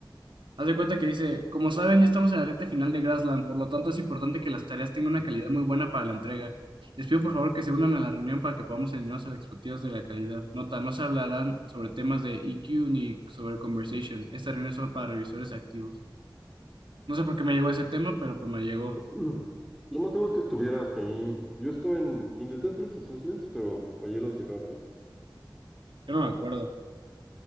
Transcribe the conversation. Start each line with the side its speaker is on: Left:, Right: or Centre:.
Right: Haz de cuenta que dice, como saben, ya estamos en la recta final de Grassland, por lo tanto es importante que las tareas tengan una
Centre: Mm,
Right: calidad muy buena para la entrega. Les pido por
Centre: mm.
Right: favor que se unan a la reunión para que podamos alinearnos a las expectativas de la calidad. Nota, no se hablarán sobre temas de EQ ni sobre conversation. Esta reunión es solo para revisores activos. No sé por qué me llegó ese tema, pero pues me llegó.
Centre: <clears throat> Lo más seguro es que estuvieras ahí. Yo estuve en... Intenté hacer los assessments, pero fallé los de Grassland.
Right: Yo no me acuerdo. O